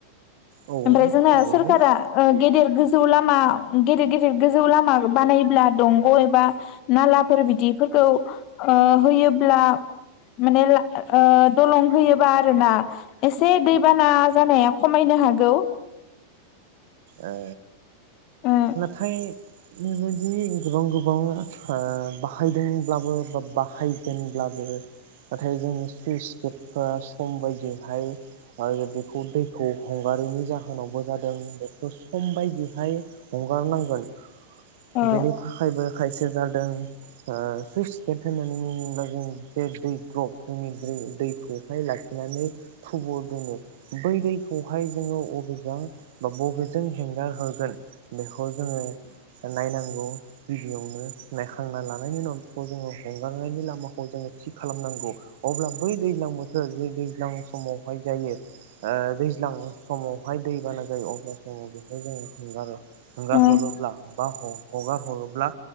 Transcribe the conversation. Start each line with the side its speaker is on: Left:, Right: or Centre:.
Right: औ
Left: ओमफ्राय जोंना
Right: थारैनो
Left: सोरखारा गेदेर गो <inaudible> गोजौ लामा गेदेर गेदेर गोजौ लामा बानायोब्ला दंग एबा नालाफोर बिदिफोरखौ अ होयोब्ला माने ओ दलं होयोबा आरोना एसे दैबाना जानाया खमायनो हागौ
Right: ओ
Left: ओ
Right: नाथाय बेबायदि गोबां गुबुं गोबां ओ बाहायदोंब्लाबो बा बाहायगोनब्लाबो नाथाय जोंनि सुइस गेटफ सम बायदियैहाय आरो बेखौ दैखौ हंगारैनि जाहोनावबो जादों बेखौ सम बायदिहाय हगार नांगोन
Left: औ
Right: बेनिखायनो खायसे जादों ओ सुइस गेट होननानै बुङोब्ला जों जे दै द्रप जोंनि दै दैखौ लाखिनानै थुबुर दोनो बै दैखौहाय जोंङो अबेजों बबेजों हेंगार हरगोन बिखौ जोंङो नायनांगौ गिबियावनो नायखांना लानायनि उनावनो बिखौ जोङो हंगारनायनि लामाखौ थि खालामनांगौ अब्ला बै दैज्लां बोथोर जे दैज्लां समावहाय जायो ओ दैज्लां समावहाय दैबाना जायो अब्ला समाव बेखौ जोङो हंगारो हांगारहरोब्ला
Left: औ
Right: बा हगारहरोब ब्ला